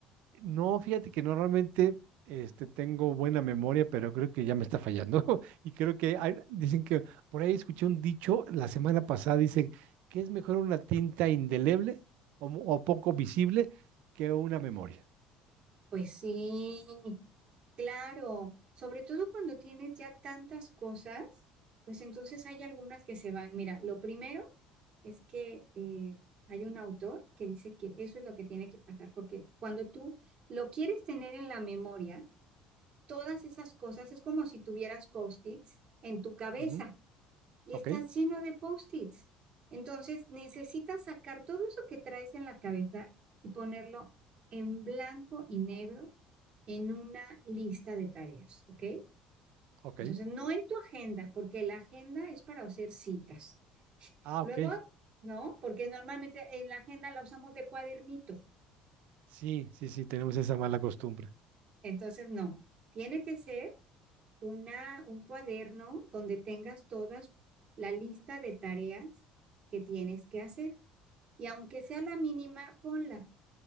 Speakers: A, on the right; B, on the right.
A: No, fíjate que normalmente este, tengo buena memoria, pero creo que ya me está fallando. <laughs> Y creo que hay- dicen que por ahí escuché un dicho la semana pasada, dice que es mejor una tinta indeleble o, mu- o poco visible que una memoria.
B: Pues sí, claro. Sobre todo cuando tienes ya tantas cosas, pues entonces hay algunas que se van. Mira, lo primero es que eh, hay un autor que dice que eso es lo que tiene que pasar, porque cuando tú lo quieres tener en la memoria, todas esas cosas es como si tuvieras post-its en tu cabeza
A: Ujú,
B: y
A: Ok,
B: estás lleno de post-its. Entonces necesitas sacar todo eso que traes en la cabeza y ponerlo en blanco y negro en una lista de tareas, ¿ok?
A: ok.
B: Entonces no en tu agenda, porque la agenda es para hacer citas. <laughs>
A: Ah,
B: Luego,
A: ok.
B: no, porque normalmente en la agenda la usamos de cuadernito.
A: Sí, sí, sí, tenemos esa mala costumbre.
B: Entonces, no, tiene que ser una, un cuaderno donde tengas todas la lista de tareas que tienes que hacer. Y aunque sea la mínima, ponla.